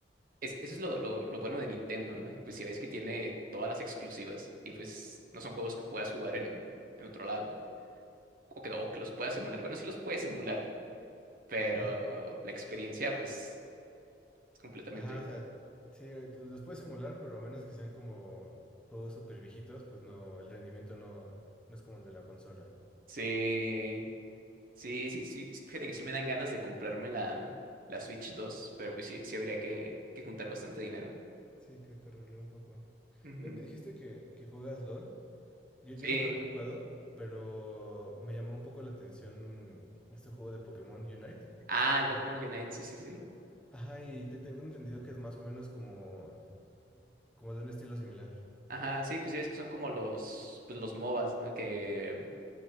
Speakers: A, on the right (about 50°); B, in the centre.
A: Es, eso es lo, lo, lo bueno de Nintendo, ¿no? Pues si ves que tiene todas las exclusivas y pues no son juegos que puedas jugar en, en otro lado o que, o que los puedas emular. Bueno, sí los puedes emular, pero
B: Ajá.
A: la experiencia pues es completamente...
B: Ajá, o sea, sí, los puedes emular, pero a menos que sean como juegos súper viejitos, pues no, el rendimiento no, no es como el de la consola.
A: Sí, sí, sí, sí, sí, fíjate que sí me dan ganas de comprarme la, la Switch dos, pero pues sí, sí habría que, que juntar bastante dinero.
B: Sí, que hay que correrle un poco.
A: Ujú.
B: Me, me dijiste que, que juegas LOL. Yo, yo
A: Sí.
B: nunca lo he jugado, pero me llamó un poco la atención este juego de Pokémon Unite.
A: Ah, el
B: Y
A: Pokémon Unite, sí, sí, sí.
B: Ajá, y te tengo entendido que es más o menos como, como de un estilo similar.
A: Ajá, sí, pues ya ves que son como los, pues los MOBAs, ¿no? Que